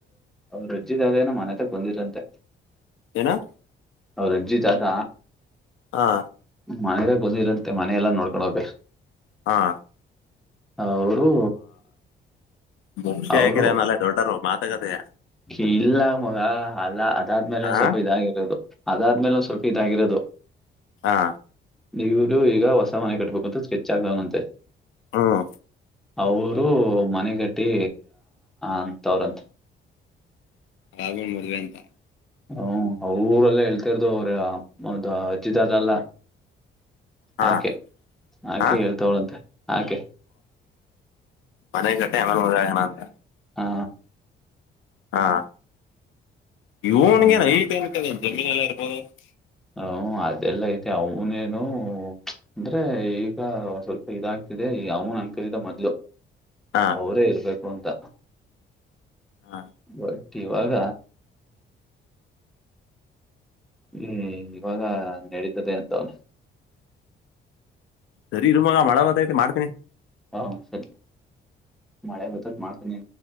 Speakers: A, in the centre; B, on the left.
A: ಅವ್ರು ರಜ್ಜಿದ ಆದೇಏನೋ ಮನೆತಕ್ ಬಂದಿರಂತೆ
B: ಏನಾ
A: ಅವ್ರ ಅಜ್ಜಿತ್ ಆತ
B: ಹಾ
A: ಮನೆದಾಗ ಬಂದಿರಂತೆ ಮನೆ ಎಲ್ಲಾ ನೋಡ್ಕೊಂಡೋಗಿ
B: ಹ
A: ಅವರು
B: ಮುಕ್ಷಿ
A: ಅವರು
B: ಹಾಕರನಲ್ಲೇ ದೊಡ್ಡರು ಮಾತಾಗದೆಯ
A: ಇಲ್ಲ ಮಗ ಅಲ್ಲ ಅದಾದ್ಮೇಲೆ
B: ಹ
A: ಒಂದ್ ಸ್ವಲ್ಪ ಇದಾಗಿರೋದು ಅದಾದ್ಮೇಲೆ ಒಂದ ಸ್ವಲ್ಪ ಇದಾಗಿರೋದು
B: ಹಾ
A: ನೀವನು ಈಗ ಹೊಸ ಮನೆ ಕಟ್ಬೇಕು ಅಂತೂ ಸ್ಕೆಚ್ ಆಗದವನಂತೆ
B: ಹ್ಮ್
A: ಅವರು ಮನೆಗಟ್ಟಿ ಅಂತ ಅವ್ರಂತ
B: ರಾಘವಣ್ ಮದುವೆ ಅಂತ
A: ಹ್ಮ ಅವರಲ್ಲ ಹೇಳ್ತರ್ದು ಅವ್ರ ಅದು ಅಜಿತ್ಅದಲ್ಲ
B: ಹ
A: ಆಕೆ ಆಕೆ
B: ಹ
A: ಹೇಳ್ತವಳಂತೆ ಆಕೆ
B: ಮನೆ ಕಟ್ಟ ಯಮನು ಮದಾಗಣ ಅಂತ
A: ಹಾ
B: ಹಾ ಇವನ್ಗೇನ್
A: ಹಾಗೆ
B: ಐತ ಅನ್ತ ಜಮೀನ್ ಎಲ್ಲ ಇರ್ಬೋದು
A: ಹ ಅದೆಲ್ಲ ಐತೆ ಅವನೇನು ಅಂದ್ರೆ ಈಗ ಸ್ವಲ್ಪ ಇದಾಗ್ತಿದೆ ಅವನು ಅನ್ ಕರೀದ ಮದ್ಲು
B: ಹಾ
A: ಅವರೇ ಇರ್ಬೇಕು ಅಂತ
B: ಹ
A: ಬಟ್ ಇವಾಗ ಹ್ಮ್ ಇವಾಗ ನಡೀತದೆ ಅಂತ ಅವ್ನು
B: ಸರಿ ನಿ ಮಗ ಮಾಡಳಬತೈಐತಿ ಮಾಡ್ತನಿ
A: ಹಾ ಸರಿ ಮಳೆ ಗೊತ್ತಕ್ಕೆ ಮಾಡ್ತೀನಿ